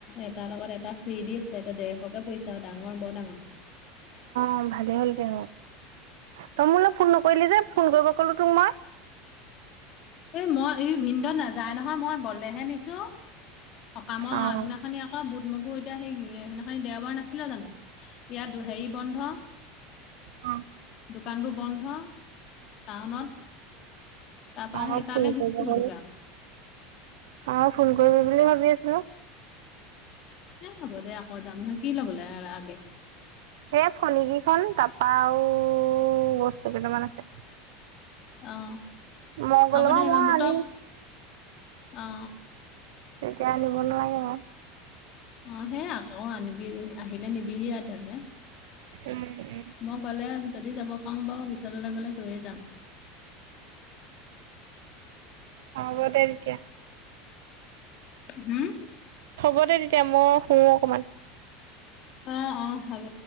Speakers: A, on the left (about 35°); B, on the right (about 85°).
A: এটাৰ লগত এটা ফ্ৰী দি আছিলে, তাতে ডেৰশকে পৰিছে আৰু ডাঙৰ বৰ ডাঙৰ।
B: অ ভালে হ'ল দে। তই মূলৈ ফোন নকৰিলি যে ফোন কৰিব কলো তোক মই।
A: এই মই এই ভিনদত নাযায় নহয় মই বলেহে নিছো। সকামৰ
B: অ',
A: আগদিনাখনি অ বুট মগু এতিয়া সেই সেইদিনাখন দেওবাৰ নাছিলে জানো। ইয়াত হেৰি বন্ধ
B: অ
A: দোকানবোৰ বন্ধ টাউনত। তাৰপা
B: আক
A: সেই তালৈ
B: ফোন
A: গুচি
B: কৰিব
A: গ'লোগে
B: বুলি,
A: আৰু
B: আ ফোন কৰিবি বুলি ভাবি আছিলো।
A: এ হ'ব দে আকৌ যাম নহয়, কি <unintelligible>
B: এই ফনী কেইখন তাপা আও বস্তু কেইটামান আছে।
A: অ
B: মই গ'লো
A: হ'ব
B: বাৰু
A: দে এবাৰ মই
B: আনিম
A: তক অ।
B: এতিয়া আনিব নোৱাৰিম আউ।
A: অ সেয়া আকৌ আনিবি আহিলে নিবিহি আ তেন্তে।
B: উম উম।
A: মই গ'লে যদি যাব পাওঁ বাৰু বিশাললৈ গ'লে লৈ যাম।
B: অ হ'ব দে তেতিয়া।
A: হুম?
B: হ'ব দে তেতিয়া মই শু অকমান।
A: অ অ হ'ব।